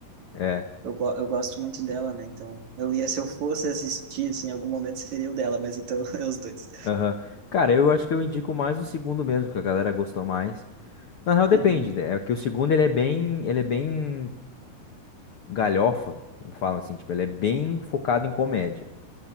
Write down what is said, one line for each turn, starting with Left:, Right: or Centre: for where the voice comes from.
Left: É.
Right: Eu, go- eu gosto muito dela, né? Então, eu ia, se eu fosse assistir, assim, em algum momento seria o dela, mas então <laughs> é os dois.
Left: Aham. Cara, eu acho que eu indico mais o segundo mesmo, que a galera gostou mais. Na real, depende.
Right: Uhum,
Left: né? É que o segundo ele é bem, ele é bem galhofa, como falam assim, tipo, ele é bem focado em comédia.